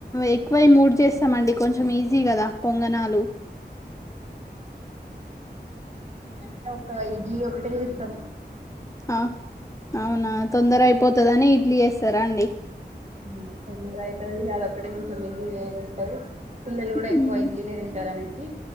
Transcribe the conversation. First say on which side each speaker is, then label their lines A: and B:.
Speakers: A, on the left; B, on the right.
A: ఎక్కువ ఈ మూడు చేస్తామండి కొంచెం ఈజీ కదా పొంగనాలు
B: మేమైతే ఒక ఇడ్లీ ఒకటే ఇస్తాం
A: అ అవునా తొందర ఐయిపోతదని ఇడ్లీ చేస్తర్ రాండి
B: ఆ తొందర ఐతది అదిక్కటే కొంచెం ఇజీ <unintelligible> పిల్లలు కూడా ఎక్కువ
A: మ్మ్.
B: ఆ ఇడ్లీనే తింటారనేసి